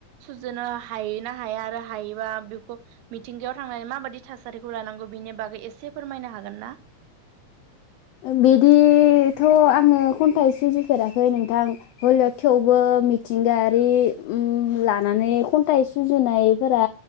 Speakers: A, on the right; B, on the left.
A: सुजुनो हायो ना हाया आरो हायोबा बेखौ मिथिंगायाव थांनानै माबाददि थासारिखौ लानांगौ बेनि बागै एसे फोरमायनो हागोन ना?
B: बिदिथ' आङो खन्थाइ सुजुफेराखै नोंथां हलिय' थेवबो मिथिंगायारि उम लानानै खन्थाइ सुजुनायफोरा